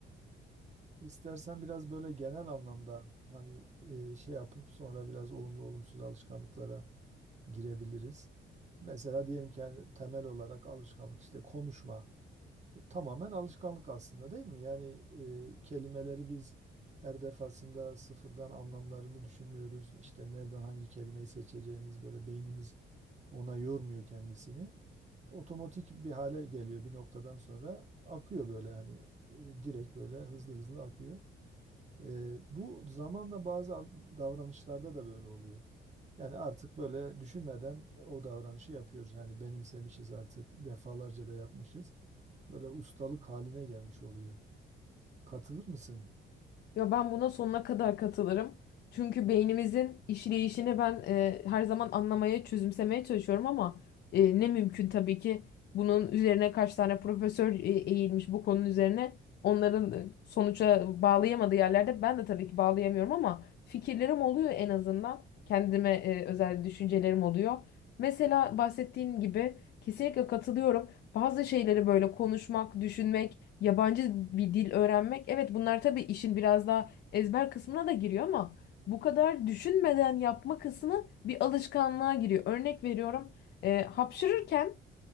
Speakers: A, on the right; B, on the left.
A: istersen biraz böyle genel anlamda hani e, şey yapıp sonra biraz olumlu olumsuz alışkanlıklara girebiliriz. Mesela diyelim ki yani temel olarak alışkanlık işte konuşma. Tamamen alışkanlık aslında değil mi? Yani e, kelimeleri biz her defasında sıfırdan anlamlarını düşünmüyoruz. İşte nereden hangi kelimeyi seçeceğimiz böyle beynimiz ona yormuyor kendisini. Otomatik bir hale geliyor bir noktadan sonra akıyor böyle hani e, direkt böyle hızlı hızlı akıyor. Ee, bu zamanla bazı al- davranışlarda da böyle oluyor. Yani artık böyle düşünmeden e, o davranışı yapıyoruz. Yani benimsemişiz artık defalarca da yapmışız. Böyle ustalık haline gelmiş oluyor. Katılır mısın?
B: Ya ben buna sonuna kadar katılırım. Çünkü beynimizin işleyişini ben e, her zaman anlamaya, çözümsemeye çalışıyorum ama e, ne mümkün tabii ki bunun üzerine kaç tane profesör e, eğilmiş bu konunun üzerine. Onların e, sonuca bağlayamadığı yerlerde ben de tabii ki bağlayamıyorum ama fikirlerim oluyor en azından. Kendime e, özel düşüncelerim oluyor. Mesela bahsettiğin gibi kesinlikle katılıyorum. Bazı şeyleri böyle konuşmak, düşünmek Yabancı bir dil öğrenmek. Evet bunlar tabii işin biraz daha ezber kısmına da giriyor ama bu kadar düşünmeden yapma kısmı bir alışkanlığa giriyor. Örnek veriyorum, e, hapşırırken